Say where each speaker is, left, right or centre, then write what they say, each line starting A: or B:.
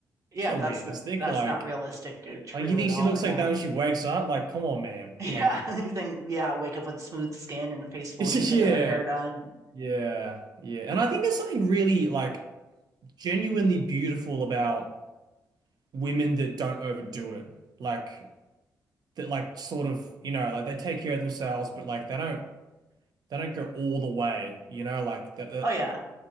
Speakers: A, on the right; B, on the right.
A: Yeah,
B: it's not
A: that's
B: realistic.
A: not, that's
B: Like.
A: not realistic or true
B: Like you think
A: at all.
B: she looks
A: Yeah.
B: like that when she wakes up? Like, come on, man.
A: Yeah.
B: Like,
A: <laughs> You think, yeah, wake up with smooth skin and a face
B: <laughs>
A: full
B: yeah,
A: of makeup and her hair done. And,
B: yeah, yeah. And I think there's something really like genuinely beautiful about women that don't overdo it. Like that, like sort of, you know, like they take care of themselves, but like they don't, they don't go all the way. You know, like that that
A: oh yeah,